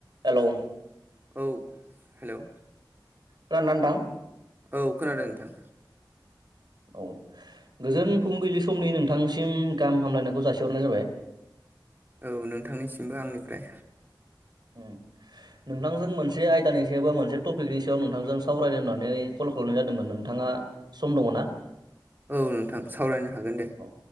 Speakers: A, on the right; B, on the right.
A: Hello
B: औ hello
A: खोनादों ना नोंथां?
B: औ खोनादों नोंथां।
A: औ गोजोन फुंबिलि समनि नोंथांसिम गाहाम हामलायनायखौ जासिहरनाय जाबाय।
B: औ नोंथांनिसिमबो आंनिफ्राय
A: उ नोंथांजों मोनसे आयदानि सायाव बा मोनसे टपिकनि सायाव नोंथांजों सावरायनो होननानै कल खालामनाय जादोंमोन। नोंथाङा सम दङ ना?
B: औ नोंथां सावरायनो हागोन दे।
A: औ